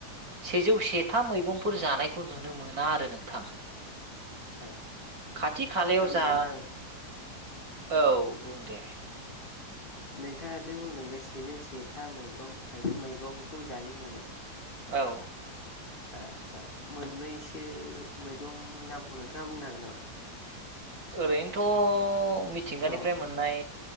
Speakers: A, on the right; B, on the left.
A: सेजौ सेथा मैगंफोर जानायखौ नुनो मोना आरो नोंथां।
B: औ
A: खाथि खालायाव
B: आदसा नोंथां
A: जा औ बुं दे
B: नोंथाङा जे बुंदों बे सेजौ सेथा मैगं थाइ मैगंखौ जायो होन्नानै
A: औ।
B: ओ आदसा मोन्नैसो मैगंनि नामखौ नोंथाङा बुंनो हागोन नामा?
A: ओरैनोथ' मिथिंगानिफ्राय
B: औ
A: मोननाय